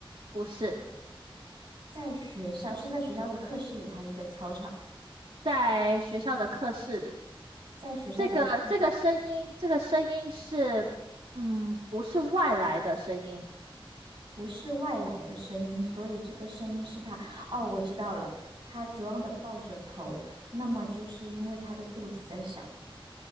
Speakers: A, on the right (about 80°); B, on the right (about 50°).
A: 不是
B: 在学校，是在学校的课室里还是在操场？
A: 在学校的课室里。
B: 在学校的课。
A: 这个这个声音，这个声音是，嗯，不是外来的声音，
B: 不是外来的声音，所以这个声音是他。哦，我知道了，他绝望的抱着头，那么就是因为他的肚子在响，